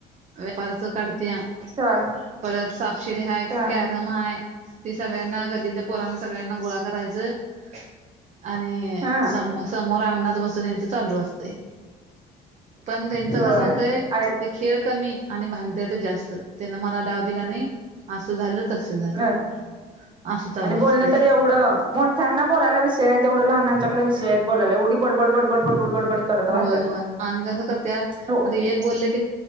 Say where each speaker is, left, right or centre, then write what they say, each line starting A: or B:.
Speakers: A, on the right (about 45°); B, on the right (about 30°).
A: व्यापारच काढत्या
B: होय
A: परत सापशिर हा
B: ह
A: क मय ते सगळ्यांना गल्लीतल्या पोरांना सगळ्यांना गोळा करायचं आणि
B: हा
A: समो समोर अंगणात बसून यांच चालू असते पण त्यांचं
B: होय
A: कसं होतंय
B: आणि
A: ते खेळ कमी आणि भांडत्या तर जास्त त्यान मला डाव दिला नाही असं झालं तसं झालं
B: ह
A: असं चालू
B: आणि
A: असतंय
B: बोलणं तरी एवढं मोठ्यांना बोलायला विषय नाही तेवढ्या लहनांच्याकडे विषय बलाय उडीडबडबड बडबड बडबड करत राहतात
A: होय होय आणि कस करत आता
B: हो
A: एक बोललं की